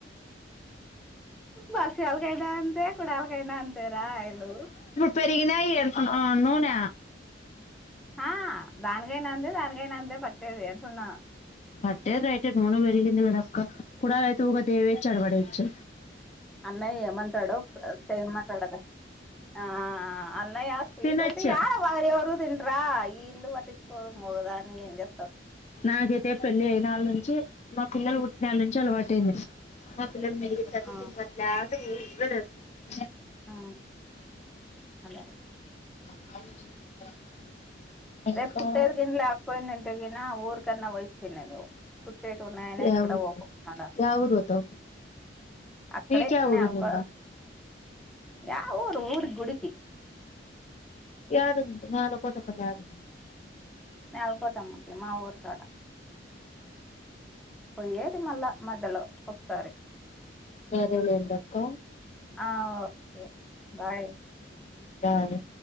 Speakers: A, in the centre; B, on the left.
A: బక్షాలకైనా అంతే కుడాల కైనా అంతేరా ఇలు
B: పెరిగిినాయి అను ఉ నూన
A: ఆ దానికైనా అందే దానికైనా అందే పట్టేది అంటున్నా
B: పట్టేది రైటే నూన పెరిగింది కనక్క కుడాలైతే ఊగా దేవేయచ్చు అడబడేయచ్చు
A: అన్నయ్య ఏమంటాడో చేమ్ మంట్టాడు కదా ఆ అన్నయ్య స్వీట్
B: తినొచ్చు
A: అంటే యాడవా ఎవరు తిన్రా ఈ ఇల్లు పట్టిచు కో మోగదాని ఏం జే
B: నాకైతే పెళ్ళి అయినాళ్ నుంచి మా పిల్లలు పుట్టినాళ్ళ నుంచి అలవాటు అయింది హ పిల్లలమీదకి <unintelligible>
A: ఆ
B: <unintelligible>
A: ఆ అదేలే
B: <inaudible> ఇంకా
A: రేపు కుట్టేది <unintelligible> <unintelligible> నా ఊర్ కన్నా వచ్చినదో <unintelligible> ఉన్నాయని
B: యా
A: ఎక్కడ
B: ఊరికి
A: పోకున్నాడా
B: యా ఊరు పోతావు
A: అక్కడే
B: నీకు యా ఊరు
A: నల
B: ఉంది ఇంకా
A: యా ఊ పోయారు గుడికి
B: ఏడ ఉంటున్నారు కోటప్ప గారు
A: నేలకోటమ్మకి మా ఊరు కాడ పోయేది మళ్ళా మధ్యలో ఒకసారి
B: సరే లేండక్క
A: ఆ ఓకే బాయ్
B: సరే